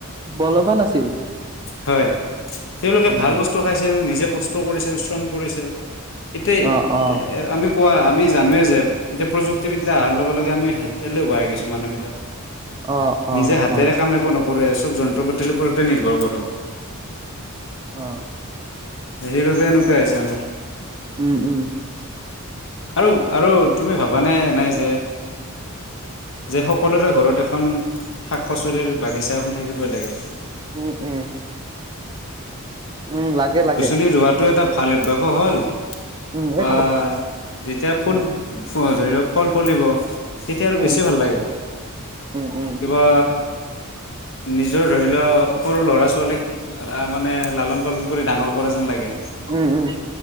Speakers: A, on the right (about 20°); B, on the left (about 60°).
A: বলবান আছিল।
B: হয় তেওঁলোকে
A: উম,
B: ভাল বস্তু খাইছিল নিজে কষ্ট কৰিছিল শ্ৰম কৰিছিল এতিয়া
A: অ', অ',
B: আমি কোৱা আমি জানোৱে যে এতিয়া প্ৰযুক্তিবি দ্যা অহাৰ লগে লগে আমি এলেহুৱা হৈ গৈছো মানুহ বিলাক
A: অ', অ',
B: নিজে হাতেৰে
A: হয়,
B: কাম একো ন কৰে, চব যন্ত্ৰ পাতিৰ ওপৰতে নিৰ্ভৰ কৰো।
A: অ
B: সেইবাবে এনেকোৱা হৈছে আমাৰ
A: উম, উম,
B: আৰু আৰু তুমি ভাবানে এনেই যে
A: <inaudible>
B: যে সকলোৰে ঘৰত এখন শাক পাচলিৰ বাগিচা এখন থাকিবই লাগে
A: উম উম উম লাগে লাগে
B: আনি ৰোৱাতো এটা ভাল অভ্যাসো হ'ল
A: উম,
B: বা
A: এই খ
B: যেতিয়া ফুল
A: উম,
B: ফ ধৰি লওক ফল ফুলিব তেতিয়া আৰু
A: উম,
B: বেছি ভাল লাগে
A: উম, উম,
B: কিবা নিজৰ ধৰি লও সৰু ল'ৰা ছোৱালীক আ মানে লালন পালন কৰি ডাঙৰ কৰা যেন লাগে।
A: উম উম